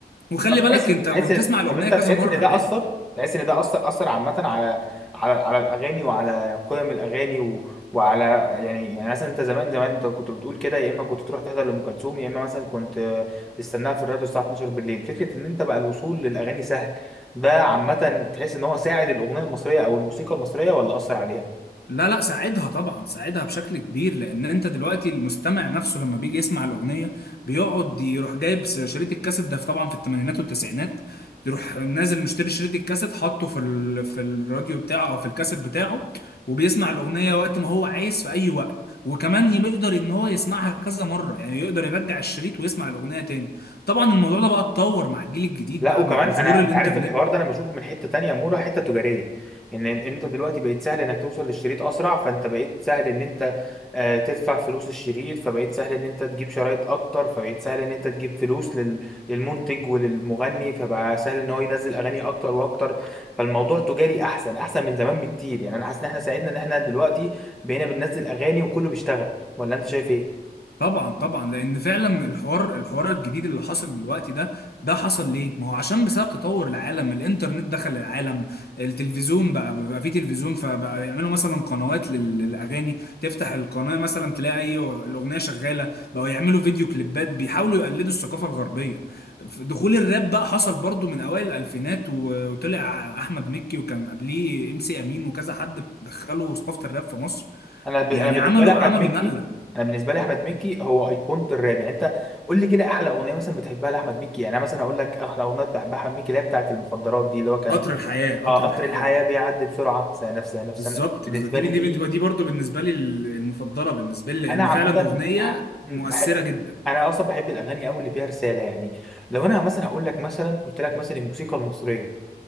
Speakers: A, on the left; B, in the centre.
A: وخلي
B: طب
A: بالك
B: تحس
A: انت هتسمع
B: تحس
A: الاغنية
B: طب انت
A: كذا
B: تحس
A: مرة
B: ان ده
A: عادي
B: اثر تحس ان ده اثر اثر عامه على على على الاغاني وعلى قيم الاغاني و... وعلى يعني يعني مثلا انت زمان زمان انت كنت بتقول كده يا اما كنت تروح تحضر لام كلثوم يا اما مثلا كنت تستناها في الراديو الساعه 12 بالليل فكره ان انت بقى الوصول للاغاني سهل ده عامه تحس ان هو ساعد الاغنيه المصريه او الموسيقى المصريه ولا اثر عليها
A: لا لا ساعدها طبعا ساعدها بشكل كبير لان انت دلوقتي المستمع نفسه لما بيجي يسمع الاغنيه بيقعد يروح جايب س- شريط الكاسيت ده طبعا في الثمانينات والتسعينات يروح نازل مشتري شريط الكاسيت حاطه في ال... في الراديو بتاعه او في الكاسيت بتاعه وبيسمع الاغنيه وقت ما هو عايز في اي وقت وكمان يم- يقدر ان هو يسمعها كذا مره يعني يقدر يرجع الشريط ويسمع الاغنيه تاني طبعا الموضوع ده بقى اتطور مع الجيل الجديد
B: لا
A: بقى
B: وكمان
A: مع ظهور
B: انا
A: الانترنت
B: انت عارف الحوار ده انا بشوفه من حته تانية يا مورا حته تجاريه ان إن انت دلوقتي بقيت سهل انك توصل للشريط اسرع فانت بقيت سهل ان انت آه، تدفع فلوس الشريط فبقيت سهل ان انت تجيب شرايط اكتر فبقيت سهل ان انت تجيب فلوس لل... للمنتج وللمغني فبقى سهل ان هو ينزل اغاني اكتر واكتر فالموضوع تجاري احسن احسن من زمان بكتير يعني انا حاسس ان احنا ساعدنا ان احنا دلوقتي بقينا بننزل اغاني وكله بيشتغل ولا انت شايف ايه
A: طبعا طبعا لان فعلا الحوار الحوار الجديد اللي حصل دلوقتي ده ده حصل ليه ما هو عشان بسبب تطور العالم الانترنت دخل العالم التلفزيون بقى بقى في تلفزيون فبقى يعملوا مثلا قنوات لل- للاغاني تفتح القناه مثلا تلاقي اي أغ- الاغنيه شغاله بقوا يعملوا فيديو كليبات بيحاولوا يقلدوا الثقافه الغربيه ف- دخول الراب بقى حصل برضو من اوائل الالفينات و- وطلع احمد مكي وكان قبليه ام سي امين وكذا حد دخلوا ثقافه الراب في مصر
B: انا ب...
A: يعني
B: انا بالنسبه
A: عملوا
B: لي احمد
A: عملوا
B: مكي
A: نقله
B: انا بالنسبه لي احمد مكي هو ايقونه الراب يعني انت قول لي كده احلى اغنيه مثلا بتحبها لاحمد مكي يعني انا مثلا اقول لك احلى اغنيه بحبها احمد مكي اللي هي بتاعه المخدرات دي اللي هو كان
A: قطر الحياة قطر
B: اه قطر
A: الحياة
B: الحياه بيعدي بسرعه سنه في سنه في
A: بالظبط
B: سنه بالنسبه
A: بالظبط دي
B: لي
A: دي
B: دي
A: دي دي برضه بالنسبة لي المفضلة بالنسبة لي لأن
B: انا عامه
A: فعلا أغنية
B: بح... بح...
A: مؤثرة جدا
B: انا اصلا بحب الاغاني قوي اللي فيها رساله يعني لو انا مثلا هقول لك مثلا قلت لك مثلا الموسيقى المصريه